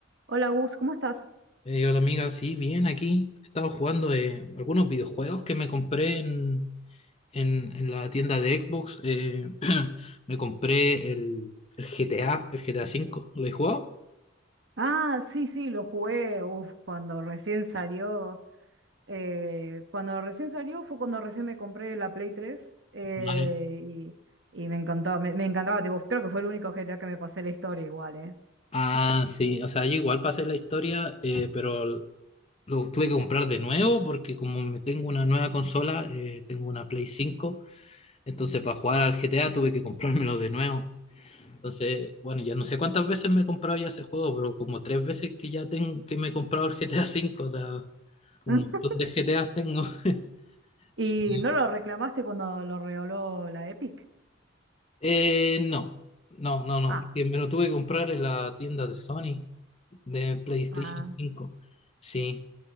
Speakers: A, on the right; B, on the left.
A: Hola Gus, ¿cómo estás?
B: Eh, hola amiga, sí, bien, aquí he estado jugando eh, algunos videojuegos que me compré en, en, en la tienda de Xbox. eh, <clears throat> me compré el, el GTA, el GTA cinco ¿lo he jugado?
A: Ah, sí, sí, lo jugué, uf, cuando recién salió, eh, cuando recién salió fue cuando recién me compré la Play tres eh,
B: Vale.
A: y, y me encantó, me, me encantaba, tipo, creo que fue el único GTA que me pasé la historia igual, ¿eh?
B: Ah, sí, o sea, yo igual pasé la historia, eh, pero lo tuve que comprar de nuevo porque como me tengo una nueva consola, eh, tengo una Play cinco entonces para jugar al GTA tuve que comprármelo de nuevo. Entonces, bueno, ya no sé cuántas veces me he comprado ya ese juego, pero como tres veces que ya tengo, que me he comprado el GTA V, o sea, un
A: <laughs>
B: montón de GTA tengo. <laughs> Sí.
A: ¿Y no lo reclamaste cuando lo regaló la Epic?
B: Eh, no, no, no, no,
A: Ah,
B: es que me lo tuve que comprar en la tienda de Sony, de PlayStation
A: Ah,
B: 5, sí.